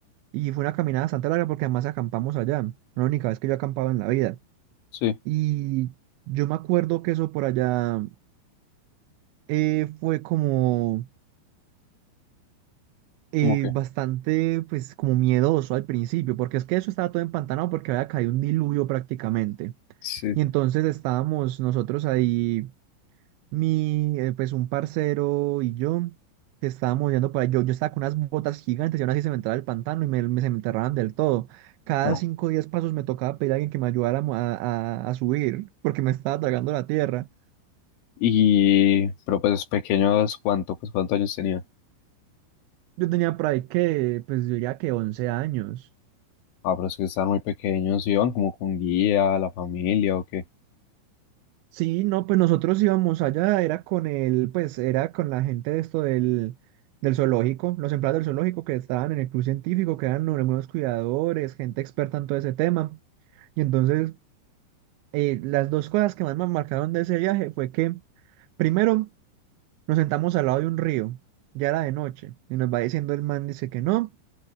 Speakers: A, on the right (about 80°); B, on the left (about 85°).
A: y fue una caminada bastante larga porque además acampamos allá, fue la única vez que yo acampaba en la vida.
B: Sí,
A: Y yo me acuerdo que eso por allá eh, fue como... eh,
B: como que
A: bastante, pues, como miedoso al principio, porque es que eso estaba todo empantanado porque había caído un diluvio prácticamente.
B: sí.
A: Y entonces estábamos nosotros ahí, mi, eh, pues, un parcero y yo, que estábamos yendo para yo, yo estaba con unas botas gigantes y aún así se me entraba el pantano y me, me- se me enterraban del todo. Cada
B: Ah,
A: cinco o diez pasos me tocaba pedir a alguien que me ayudara a, mo- a, a- a subir, porque me estaba tragando la tierra.
B: Y pero pues pequeños, ¿cuánto? Pues cuántos años tenía?
A: Yo tenía por ahí que, pues, yo diría que 11 años.
B: Ah, pero es que estaban muy pequeños, iban como con guía, la familia o qué.
A: Sí, no, pues nosotros íbamos allá, era con el, pues era con la gente de esto del, del zoológico, los empleados del zoológico que estaban en el club científico, que eran algunos cuidadores, gente experta en todo ese tema. Y entonces, eh, las dos cosas que más me marcaron de ese viaje fue que, primero, nos sentamos al lado de un río, ya era de noche, y nos va diciendo el man, dice que no